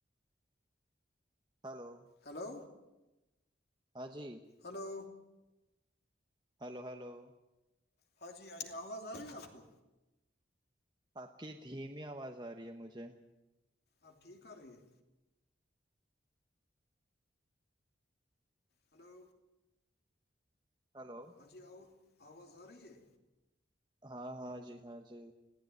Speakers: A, on the right (about 20°); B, on the left (about 55°).
A: ہلو
B: ہلو
A: ہاں جی
B: ہلو
A: ہلو ہلو
B: ہاں جی ہاں جی آواز آ رہی ہے آپ کو
A: آپ کی دھیمی آواز آ رہی ہے مجھے
B: آپ ٹھیک آ رہی ہے ہلو
A: ہلو
B: ہاں جی آو آواز آ رہی ہے
A: ہاں ہاں جی ہاں جی